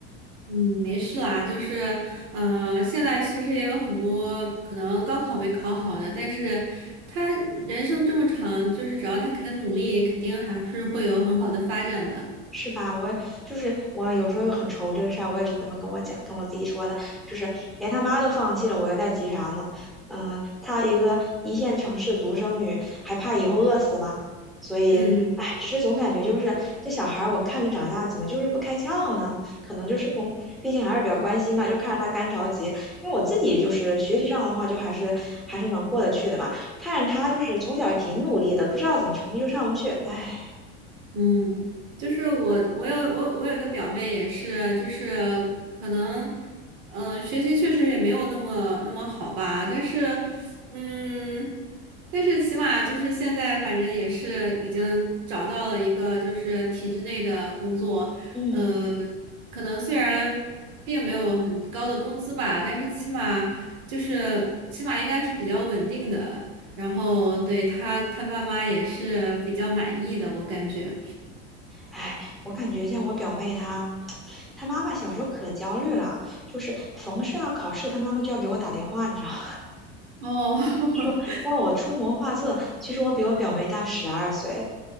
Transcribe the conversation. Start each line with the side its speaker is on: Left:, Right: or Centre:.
Right: 嗯，没事啦，就是，呃，现在其实也有很多可能高考没考好的，但是他人生这么长，就是只要他肯努力，肯定还是会有很好的发展的。
Centre: 是吧？我就是我有时候很愁这个事儿，我也是这么跟我讲，跟我自己说的，就是连他妈都放弃了，我又在急啥呢？嗯、她一个一线城市独生女，还怕以后饿死吗？所以，
Right: 嗯。
Centre: 哎，只是总感觉就是这小孩，我看着长大，怎么就是不开窍呢？可能就是跟，毕竟还是比较关心嘛，就看着他干着急。因为我自己就是学习上的话，就还是还是能过得去的嘛。看着他就是从小也挺努力的，不知道怎么成绩就上不去，哎，
Right: 嗯，就是我，我有我我有个表妹也是，就是可能，嗯、学习确实也没有那么那么好吧，但是，嗯，但是起码就是现在反正也是已经找到了一个就是体制内的工作，
Centre: 嗯。
Right: 呃，可能虽然并没有很高的工资吧，但是起码就是起码应该是比较稳定的，然后对他他爸妈也是比较满意的，我感觉。
Centre: 哎，我感觉像我表妹她，她妈妈小时候可焦虑了，就是逢是要考试，她妈妈就要给我打电话，你知道吗？
Right: 哦，<laughs>
Centre: <laughs> 要我出谋划策。其实我比我表妹大十二岁，